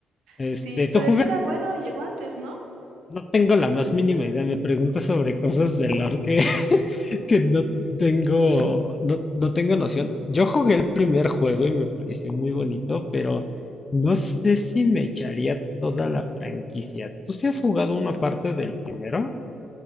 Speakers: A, on the left (about 30°); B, on the right (about 85°).
A: Este,
B: Sí,
A: ¿tú
B: pero
A: juegas?
B: ese era bueno, llegó antes, ¿no?
A: No tengo la más mínima idea. Me preguntas sobre cosas de lore que, <laughs> que no tengo, no, no tengo noción. Yo jugué el primer juego y me pareció muy bonito, pero no sé si me echaría toda la franquicia. ¿Tú sí has jugado una parte del primero?